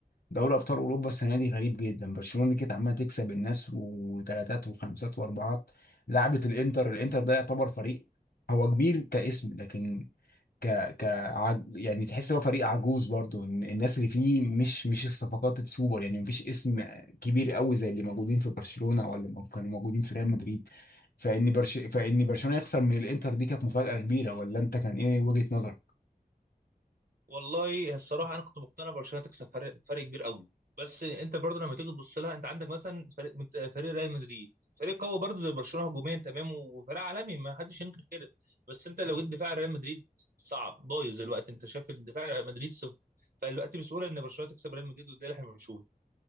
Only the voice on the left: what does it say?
دوري ابطال اوروبا السنه دي غريب جدا برشلونه كانت عماله تكسب الناس وثلاثات وخمسات واربعات لعبت الانتر الانتر ده يعتبر فريق هو كبير كاسم لكن ك ك عج... يعني تحس هو فريق عجوز برضه إن الناس اللي فيه مش مش الصفقات السوبر يعني مفيش اسم كبير قوي زي اللي موجودين في برشلونه ولا اللي كانوا موجودين في ريال مدريد فان برش... فان برشلونه يخسر من الانتر دي كانت مفاجاه كبيره ولا انت كان ايه وجهه نظرك